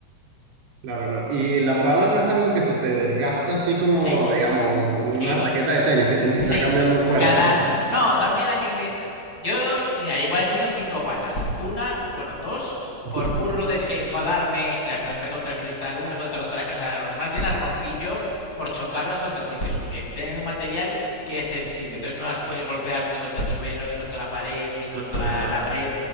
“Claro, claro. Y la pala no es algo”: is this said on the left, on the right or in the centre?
Right